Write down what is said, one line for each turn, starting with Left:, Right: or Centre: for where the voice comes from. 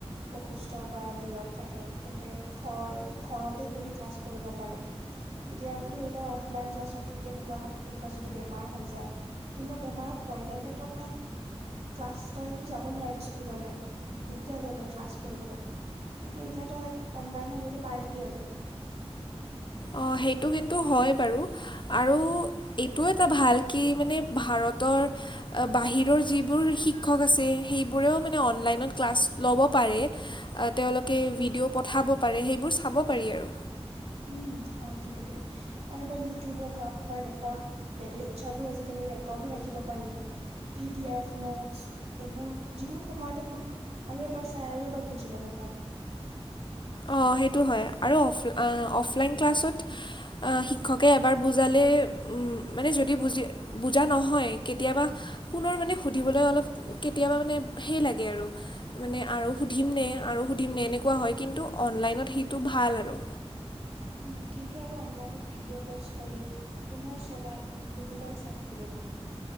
Right: অসুস্থ বা দূৰত থাকে তেন্তে ঘৰ -ঘৰতে বহি ক্লাছ কৰিব পাৰে এতিয়া ধৰি ল' অফলাইন ক্লাছত ত, কেনেকোৱা হয় কোনোবা যদি বেমাৰ হৈ যায় কোনোবা বেমাৰত পৰে তেন্তে তই ক্লাছ তইতো যাব নোৱাৰিবি স্কুললে বিদ্যালয়লে ক্লাছ কৰিবলে। কিন্তু এতিয়া তই অনলাইন হলেদি পাৰিবি আৰু।
Left: অ, সেইটো কিন্তু হয় বাৰু। আৰু এইটো এটা ভাল কি মানে ভাৰতৰ এ বাহিৰৰ যিবোৰ শিক্ষক আছে সেইবোৰেও মানে অনলাইনত ক্লাছ ল'ব পাৰে। এ তেওঁলোকে ভিডিঅ' পঠাব পাৰে সেইবোৰ চাব পাৰি আৰু।
Right: উম, হয় কিন্তু দেই। আৰু বা ইউটিউবত হক বা ৰেকৰ্ড লেকচাৰবোৰ আজিকালি ৰেকৰ্ডো ৰাখিব পাৰি পি ডি এফ নোটছ এইবোৰ যিকোনো সময়তে তোৰ আৰু এবাৰ চাই আৰু এবাৰ বুজি লব পাৰি
Left: অ সেইটো হয় আৰু অফ অফলাইন ক্লাছত আ, শিক্ষকে এবাৰ বুজালে উ মানে যদি বুজি বুজা নহয় কেতিয়াবা পুনৰ মানে সুধিবলৈ অলপ কেতিয়াবা মানে হেই লাগে আৰু। মানে আৰু সুধিমনে- আৰু সুধিমনে এনেকোৱা হয় কিন্তু অনলাইনত সেইটো ভাল আৰু।
Right: উম, কিন্তু আৰু অনলাইনত ভিডিঅ' প'ষ্ট কৰি পুনৰ চলাই বহুবাৰ চাই শিকিব পাৰি।